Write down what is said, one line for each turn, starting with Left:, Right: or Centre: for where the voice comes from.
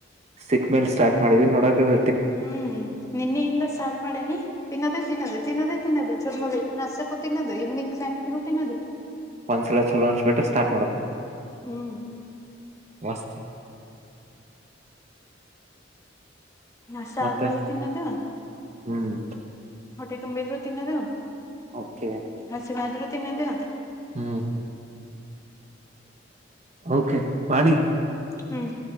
Right: ಸಿಕ್ ಮೇಲ್ ಸ್ಟಾರ್ಟ್ ಮಾಡಿದೀಿ ನೋಡಕದ
Left: ಹ್ಮ್ ನಿನ್ನೆಯಿಂದ ಸ್ಟಾರ್ಟ್ ಮಾಡೇನಿ ತಿನ್ನದೇ ತಿನ್ನದೇ ತಿನ್ನದೇ ತಿನ್ನದೆೇ ಚುರ್ಮೊದ ನಸಕ್ಕೂ ತಿನ್ನದು ಈವ್ನಿಂಗ್ ಸಾಯಂಕಿಗೂ ತಿನ್ನೋದು
Right: ಒಂದ್ಸಲ ಚಲೋ ಅನ್ಸ್ಬಿಟ್ರೆ ಸ್ಟಾರ್ಟ್ ಮಾಡ್ದ
Left: ಹ್ಮ್
Right: ವಸ್ತ
Left: ನಾಷ್ಟ
Right: ಮತ್ತ
Left: ಆದ್ಮೇಲೆ ತಿನ್ನದು
Right: ಹ್ಮ್
Left: ಹೊಟ್ಟೆ ತುಂಬಿದ್ರು ತಿನ್ನದು
Right: ಓಕೆ
Left: ಹಸಿವಾದ್ರು ತಿನ್ನೋದು
Right: ಹ್ಮ್ ಓಕೆ ವಾಣಿ
Left: ಹ್ಮ್